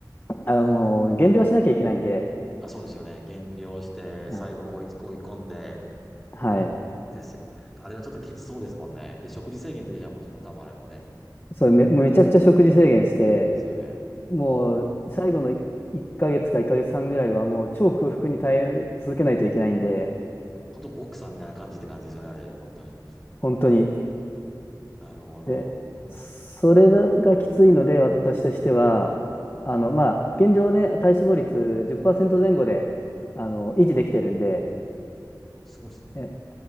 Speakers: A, on the left; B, in the centre.
A: あのー減量しなきゃいけないんで、
B: あ、そうですよね。減量して、
A: はい。
B: 最後に追い、追い込んで、
A: はい
B: ですよね。あれはちょっときつそうですもんね。で、食事制限出てたもん、多分あれもね。
A: それめ、もうめちゃくちゃ食事制限して、
B: ですよね。
A: もう最後のい1ヶ月か1ヶ月半ぐらいはもう超空腹に耐え続けないといけないんで、
B: 本当ボクサーみたいな感じって感じですよね、あれ、本当に。
A: 本当に。
B: なるほど。
A: で、それがきついので、私としては、あの、まあ、現状ね、体脂肪率10%前後で、あの、維持できてるんで、
B: すごいですね。
A: え、